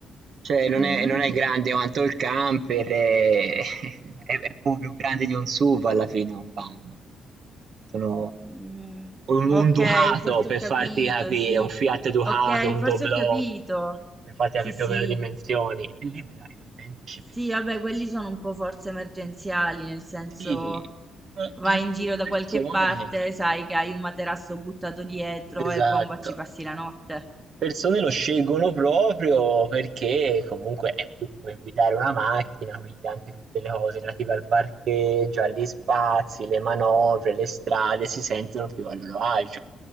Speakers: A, on the right; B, on the right.
A: Cioè non
B: Mhm.
A: è non è grande quanto il camper, è <laughs> è è poco più grande di un SUV alla fine un van. Sono
B: Mm,
A: un un
B: ok,
A: Ducato
B: forse
A: per
B: ho
A: farti
B: capito,
A: capire,
B: sì.
A: un Fiat Ducato,
B: Ok,
A: un
B: forse
A: Doblò,
B: ho capito.
A: per farti
B: Sì,
A: capì più
B: sì.
A: o meno le dimensioni. E lì vedrai la gente ci
B: Sì,
A: mette
B: vabbè, quelli sono un po' forse emergenziali, nel senso
A: sì, ma
B: vai
A: ci so'
B: in giro
A: più
B: da
A: persone
B: qualche parte, sai che hai un materasso buttato dietro
A: esatto.
B: e bomba ci passi la notte.
A: Persone lo scelgono proprio perché comunque è più come guidare una macchina, quindi anche tutte le cose relative al parcheggio, agli spazi, le manovre, le strade si sentono più a loro agio.